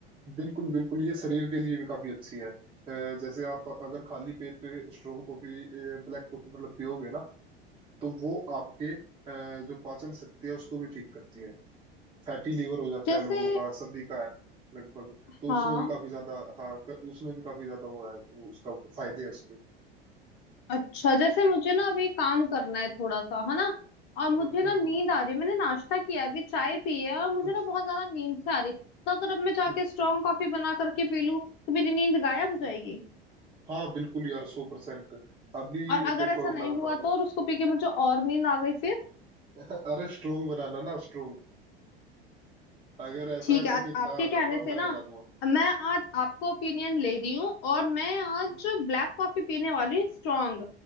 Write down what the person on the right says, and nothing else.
बिल्कुल बिल्कुल ये शरीर के लिए भी काफी अच्छी है अ, जैसे आप अगर खाली पेट स्ट्रोंग कॉफी ब्लैक कॉफी मतलब पियोगे ना तो वो आपके अ, जो पाचन शक्ति है उसको भी ठीक करती है फैटी लीवर हो जाता
है लोगों का सभी का है लगभग
तो उसमें भी काफी ज्यादा हाँ क- उसमें भी काफी ज्यादा वो है वो उसका फायदे है उसके
हम्म हम्म
हम्म
हम्म,
हम्म,
हम्म।
हाँ बिल्कुल यार सौ परसेंट अभी
देखो
मैं बताता
हूँ
<laughs> अरे स्ट्रोंग बनाना ना स्ट्रोंग अगर ऐसा
है
तो फिर
मैं आ
जाता हूँ
मैं
बना दूंगा
हम्म,